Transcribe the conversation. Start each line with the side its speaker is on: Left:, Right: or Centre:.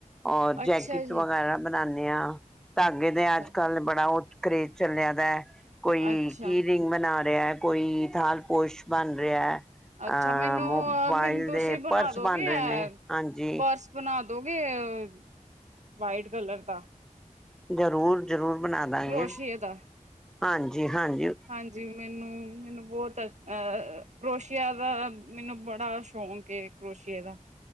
Centre: ਔਰ
Right: ਅੱਛਾ
Centre: ਜੈਕਟ
Right: ਜੀ
Centre: ਵਗੈਰਾ ਬਣਾਨੇ ਆ, ਧਾਗੇ
Right: ਅੱਛਾ
Centre: ਦੇ ਅੱਜ- ਕੱਲ ਬੜਾ ਉ ਕਰਰੇਜ਼ ਚਲੇਆ ਏ ਕੋਈ
Right: ਅੱਛਾ
Centre: ਕੀਰਿੰਗ ਬਨਾ ਰਿਹਾ, ਕੋਈ ਥਾਲ ਪੋਸ਼ ਬਣ ਰਿਹਾ-
Right: ਅੱਛਾ
Centre: ਆ
Right: ਮੈਨੂੰ
Centre: ਮੋਬਾਈਲ
Right: ਮੈਨੂੰ ਤੁਸੀਂ
Centre: ਦੇ
Right: ਬਣਾ
Centre: ਪਰਸ
Right: ਦੋਗੇ
Centre: ਬਣ ਰਹੇ
Right: ਐ
Centre: ਨੇ ਹਾਂਜੀ
Right: ਪਰਸ ਬਣਾ ਦੋਗੇ ਅ ਵਾਈਟ ਕਲਰ ਦਾ-
Centre: ਜ਼ਰੂਰ -ਜ਼ਰੂਰ ਬਣਾਦਾਗੇ
Right: ਕਰੋਸ਼ੀਏ ਦਾ
Centre: ਹਾਂਜੀ -ਹਾਂਜੀ।
Right: ਹਾਂਜੀ ਮੈਨੂੰ -ਮੈਨੂੰ ਬਹੁਤ ਅ ਕਰੋਸ਼ੀਆ ਦਾ ਮੈਨੂੰ ਬੜਾ ਸ਼ੌਂਕ ਏ, ਕਰੋਸ਼ੀਏ ਦਾ-